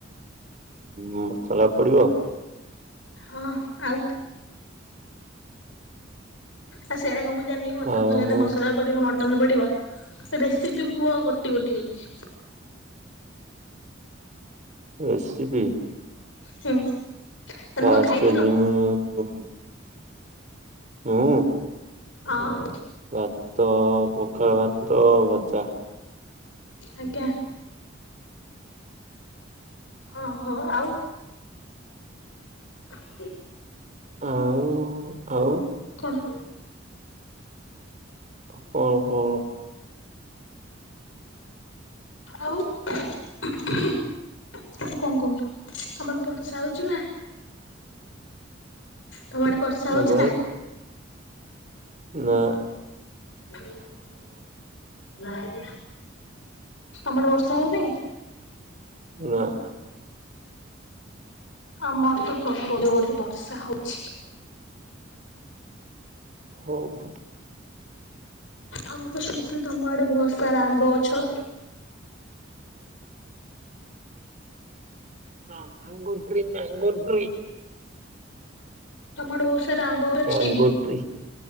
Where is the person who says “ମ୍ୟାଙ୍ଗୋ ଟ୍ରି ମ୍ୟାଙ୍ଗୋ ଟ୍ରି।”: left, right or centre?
Right